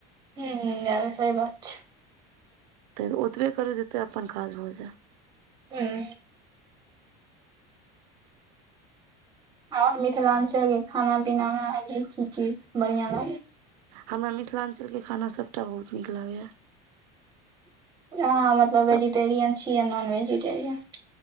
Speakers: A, on the right; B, on the right.
A: हुं यै सही बात छै।
B: तै ओतबे करू जेतबै अपन काज भ जाय त
A: हूं। आओर मिथिलांचल के खाना-पीना में अहाँ के की की बढ़िया लागय
B: हमरा मिथिलांचल के खाना सबटा बहुत नीक लागै यै।
A: अहाँ मतलब वेजिटेरियन
B: सभ
A: छी या नॉन वेजिटेरियन?